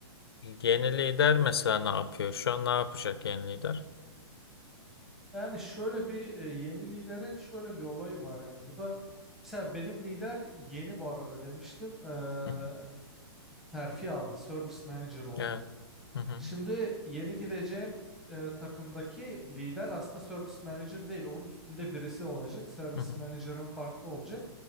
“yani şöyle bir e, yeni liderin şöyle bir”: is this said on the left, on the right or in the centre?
Centre